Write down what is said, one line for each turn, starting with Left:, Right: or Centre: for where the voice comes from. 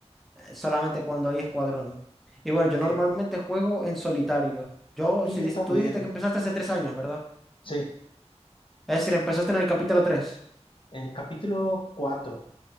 Centre: eh, solamente cuando hay escuadrón. Y bueno, yo
Left: Sí,
Centre: normalmente juego en solitario. Yo,
Left: y
Centre: si
Left: yo
Centre: dis-
Left: también,
Centre: tú dijiste que empezaste hace tres años, ¿verdad?
Left: sí,
Centre: Es decir, empezaste en el capítulo 3,
Left: el capítulo 4